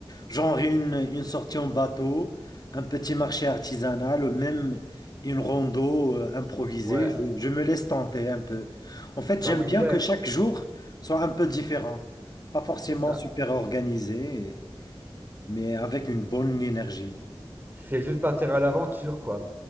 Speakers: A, on the left; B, on the right.
A: genre une, une sortie en bateau, un petit marché artisanal, ou même une rando euh, improvisée,
B: Ouais.
A: je, je me laisse tenter un peu. En fait,
B: Bah
A: j'aime
B: oui,
A: bien
B: Claire,
A: que chaque jour soit un peu différent, pas forcément
B: c'est ça.
A: super organisé, mais avec une bonne énergie. <laughs>
B: C'est juste partir à l'aventure, quoi.